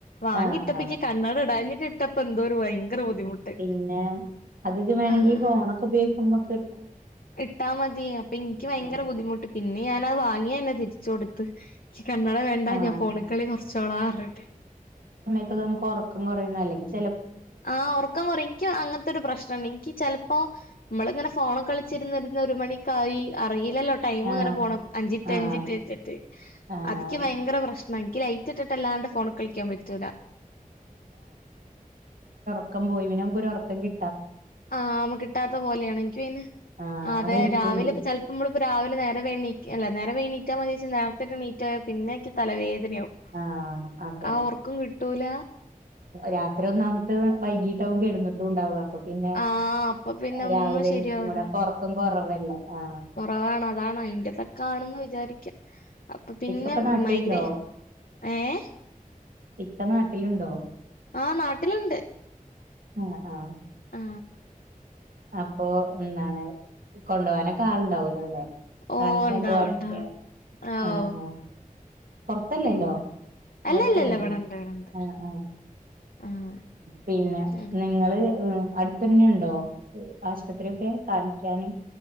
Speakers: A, on the left; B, on the right.
A: വാങ്ങി
B: ആഹ്
A: ഇട്ടപ്പക്ക്
B: ആഹ്
A: കണ്ണട ഇടാന് ഇക്കിട്ടപ്പോ എന്തോരു വയങ്കര ബുദ്ധിമുട്ട്
B: പിന്നെ അത് വേണെങ്കി
A: ആഹ്
B: ഫോണൊക്കെ ഉപയോഗിക്കുമ്പക്ക്
A: ഇട്ടാ മതി അപ്പൊ ഇൻക്ക് വയങ്കര
B: ആഹ്
A: ബുദ്ധിമുട്ട് പിന്നെ ഞാനത് വാങ്യെന്നെ തിരിച്ച് കൊടുത്ത് കണ്ണട വേണ്ട
B: ആഹ്
A: ഞാൻ ഫോണ്ക്കളി കൊർച്ചോളാ ർഞ്ട്ട്
B: പ്പം നമ്മക്ക് ഒറക്കം കൊറയ്ണ <unintelligible>
A: ആ ഒറക്കം കൊറയും ഇൻക്ക് അങ്ങൻത്തൊരു പ്രശ്നണ്ട് ഇൻക്ക് ചെൽപ്പോ നമ്മളിങ്ങനെ ഫോണ് കളി ച്ചിരുന്ന് ഒരു മണിക്കായി അ അറില്ലല്ലോ ടൈംങ്ങനെ
B: ആഹ്
A: പോണത് അഞ്ചിൻറ്റ്
B: ആഹ്
A: അഞ്ചിൻറ്റ് വെച്ച്ട്ട്
B: ആഹ്
A: അതിക്ക് ഭയങ്കര പ്രശ്ന ഇൻക്ക് ലൈറ്റ് ഇട്ടിട്ട്ല്ലാണ്ട് ഫോണ് കളിക്കാൻ പറ്റൂല
B: ക്കം പോയി നമ്മക്കൊറക്കം കി
A: ആ നമ്മ കിട്ടാത്ത പോലെയാണ് ഇൻക്ക് പിന്നെ
B: ആഹ്
A: അതെ
B: അതെനിക്കുണ്ട്
A: രാവിലെ ഇപ്പ ചെലപ്പോ നമ്മള്പ്പോ രാവിലെ നേരം വൈകി ണീ അല്ല നേരം വെഗി ണീറ്റാ മതിയോ ചാ നേരത്തെറ്റം ണീറ്റോയ പിന്നെക്ക് തലവേദ <unintelligible>
B: ആഹ് അതെ
A: ആ ഒർക്കം കിട്ടൂല
B: രാത്രി ഒന്നാമത്തത് വൈകീട്ടാവും കെടന്ന്ട്ടുണ്ടാവ അപ്പൊ പിന്നെ
A: ആഹ് അപ്പൊ പിന്നെ
B: രാവിലെ
A: ഒന്നും ശരിയാവൂല
B: എണീക്കുമ്പോ അപ്പൊറക്കം കൊറവല്ലേ ആ
A: കൊറവാണ് അതാണ് അയിന്റെതൊക്കാണ് ന്ന് വിചാരിക്ക അപ്പൊ പിന്നെ
B: ഇക്കപ്പൊ നാട്ടിലുണ്ടോ
A: മൈഗ്രേ ഏഹ്
B: ഇക്ക നാട്ടിലുണ്ടോ
A: ആ നാട്ടില്ണ്ട്
B: ആഹ് ആഹ്
A: ആ
B: അപ്പൊ എന്താണ് കൊണ്ടാവാനൊക്കെ ആള്ണ്ടാവല്ലോ ലെ
A: ഓഹ്
B: കാണിക്കാൻ
A: ഉണ്ടാവും
B: പോവാനൊക്കെ
A: ഉണ്ടാവും ആഹ്
B: ആ
A: ഓഹ്
B: ആ പൊർത്തല്ലല്ലോ
A: പിന്നെ
B: ഇവിടെ
A: അല്ലല്ലല്ല
B: തന്നല്ലേ
A: ഇവിടെണ്ട് ഇവിടെണ്ട്
B: ആ ആ
A: ആഹ്
B: പിന്നെ
A: ഉം
B: നിങ്ങള് അടുത്തന്നെണ്ടോ ആശുപത്രിക്കെ കാണിക്കാന്